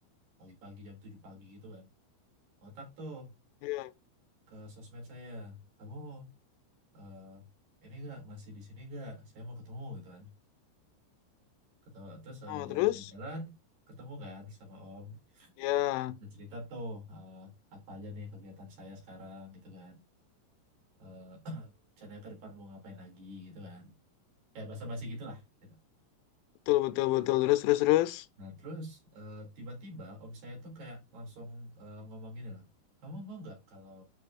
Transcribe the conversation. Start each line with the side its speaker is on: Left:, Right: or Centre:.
Right: pagi-pagi jam 7 pagi gitu kan. Ngontak tuh
Left: Ya,
Right: ke sosmed saya, kamu eh, ini enggak masih di sini enggak? Saya mau ketemu gitu kan. Ketemu terus eh,
Left: oh
Right: jalan-jalan-jalan,
Left: terus?
Right: ketemu kan sama om.
Left: Ya,
Right: Kita cerita tuh eh, apa aja nih kegiatan saya sekarang gitu kan. Eh, <clears throat> rencananya ke depan mau ngapain lagi gitu kan. Kayak basa-basi gitu lah gitu.
Left: betul, betul, betul. Terus, terus, terus.
Right: Nah terus eh, tiba-tiba om saya tuh kayak langsung eh, ngomong gini loh. Kamu mau nggak kalau